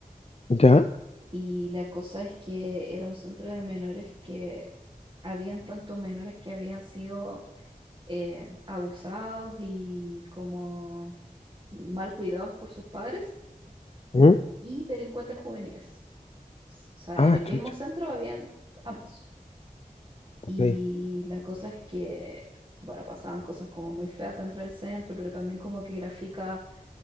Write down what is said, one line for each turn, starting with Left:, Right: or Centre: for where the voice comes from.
Left: ¿Ya?
Right: Y la cosa es que era un centro de menores que habían tantos menores que habían sido eh, abusados y como mal cuidados por sus padres
Left: ¿Mm?
Right: y delincuentes juveniles. O sea,
Left: Ah,
Right: en el mismo
Left: chucha.
Right: centro habían ambos.
Left: Ok.
Right: Y la cosa es que, bueno, pasaban cosas como muy feas dentro del centro, pero también como que grafica